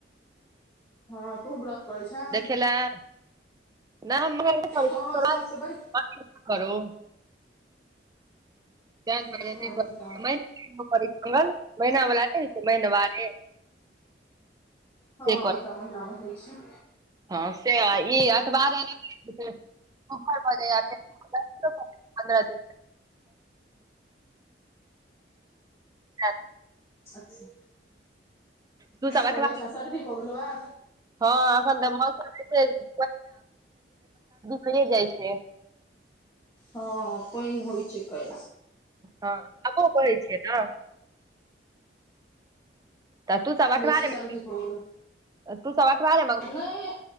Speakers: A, on the left (about 15°); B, on the right (about 20°).
A: हँ तू व्रत्र कर छै
B: कर <unintelligible>
A: हँ साँझसँ बड़
B: त दुआरे
A: अच्छा
B: नहि कर महिनावला रह महिनावे से
A: हँ इ त महिना मे होइ छै
B: हँ से ई अट बार र बज प दिन हँ
A: अच्छा।
B: तू सब
A: कि करै
B: अठबा
A: छै सर्दी भोगल आ
B: हँ एखन तऽ मौसम बरस भी फए जाइ छै।
A: हँ प होइ छै कै।
B: हँ आबो कहै छियै न तऽ तू चवठ
A: बेसी
B: रे
A: सर्दी भऽ गेलौ
B: तू चवठ भले म
A: नहि